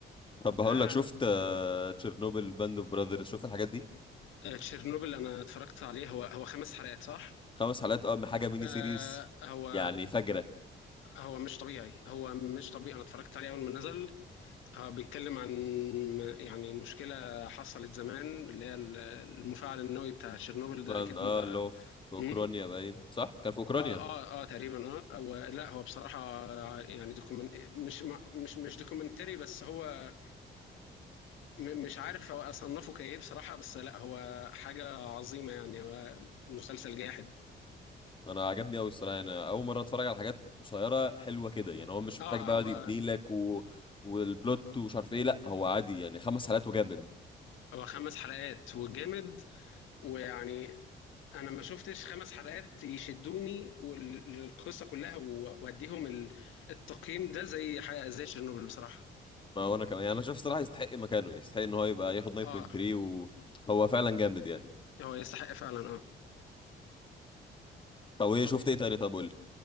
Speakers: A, on the left (about 25°); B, on the left (about 80°).
A: طب هقول
B: آه
A: لك شفت آه، تشيرنوبل باند اوف براذرز شفت الحاجات دي
B: تشيرنوبل انا اتفرجت عليه هو هو خمس حلقات صح
A: خمس حلقات اه من حاجه ميني
B: آه
A: سيريز
B: هو
A: يعني فجره
B: هو مش طبيعي هو مش طبيعي انا اتفرجت عليه اول ما نزل اه بيتكلم عن يعني مشكلة حصلت زمان اللي هي ال- المفاعل النووي بتاع تشيرنوبل ده
A: فان
B: اكيد
A: اه
B: انت
A: اللي هو في اوكرانيا
B: مم؟
A: باين صح كان في اوكرانيا
B: اه اه اه تقريبا اه هو لا هو بصراحة يعني دوكيومنت مش ما- مش مش دوكيومنتري بس هو م- مش عارف هو اصنفه كايه بصراحة بس لا هو حاجة عظيمة يعني هو مسلسل جاحد
A: انا عجبني قوي الصراحه انا اول مره اتفرج على حاجات قصيره حلوه كده يعني هو مش
B: اه
A: محتاج بقى
B: هو
A: يقعد يبني لك و... والبلوت ومش عارف ايه لا هو عادي يعني خمس حلقات وجامد
B: هو خمس حلقات وجامد ويعني انا ما شفتش خمس حلقات يشدوني والقصه كلها و- واديهم ال- التقييم ده زي حاجه زي تشيرنوبل بصراحه
A: ما هو انا كمان يعني انا شايف الصراحه يستحق مكانه يعني يستحق ان هو يبقى ياخد 9.3
B: اه
A: وهو فعلا جامد يعني
B: هو يستحق فعلا اه
A: طب ايه
B: طب
A: شفت ايه تاني طب قول لي